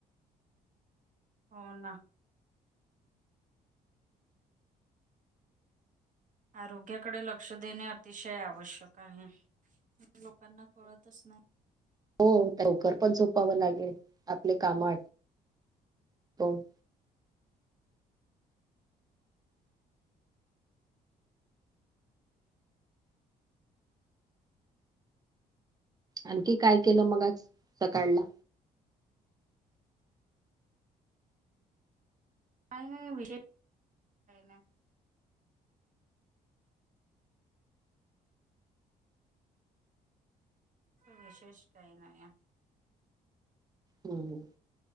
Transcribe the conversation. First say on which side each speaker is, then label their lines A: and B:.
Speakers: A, on the right; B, on the right.
A: हो ना. आरोग्याकडे लक्ष देणे अतिशय आवश्यक आहे. लोकांना कळतच नाही.
B: हो लवकर पण झोपावं लागेल, आपले कामं आटपून. आणखी काय केलं मग आज सकाळला?
A: काही नाही विशेष, काही नाही. विशेष कही नाहीया.
B: ह